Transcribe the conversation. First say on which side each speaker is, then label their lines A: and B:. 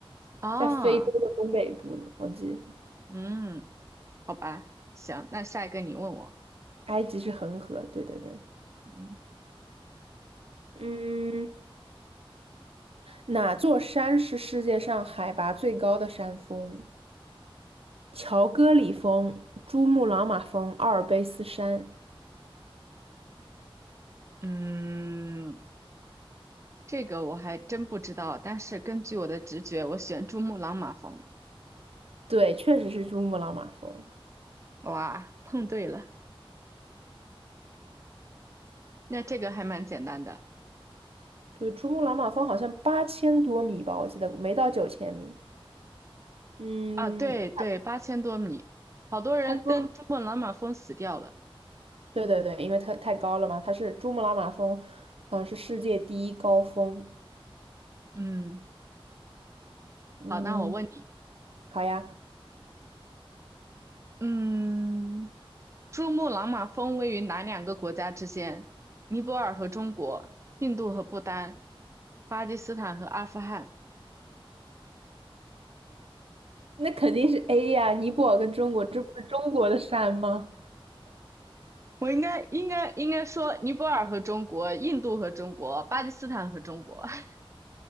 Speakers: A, on the right (about 30°); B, on the right (about 85°).
A: 啊，
B: 在非洲的东北部呢我记得
A: 嗯，好吧，行，那下一个你问我，
B: 埃及是恒河，对对对，
A: 嗯
B: 嗯。哪座山是世界上海拔最高的山峰？乔戈里峰、珠穆朗玛峰、阿尔卑斯山。
A: 嗯，这个我还真不知道，但是根据我的直觉，我选珠穆朗玛峰。
B: 对，确实是珠穆朗玛峰。
A: 哇，碰对了，那这个还蛮简单的
B: 对，珠穆朗玛峰好像八千多米吧，我记得没到九千米。嗯，
A: 啊，对对，八千多米，好多人登珠穆朗玛峰死掉了。
B: 他说，对对对，因为它太高了嘛，它是珠穆朗玛峰，好像是世界第一高峰。
A: 嗯，
B: 嗯，
A: 好，那我问你，
B: 好呀，
A: 嗯。珠穆朗玛峰位于哪两个国家之间？尼泊尔和中国，印度和不丹，巴基斯坦和阿富汗。
B: 那肯定是 A 呀，尼泊尔跟中国，这不是中国的山吗？
A: 我应该应该应该说尼泊尔和中国，印度和中国，巴基斯坦和中国。<laughs>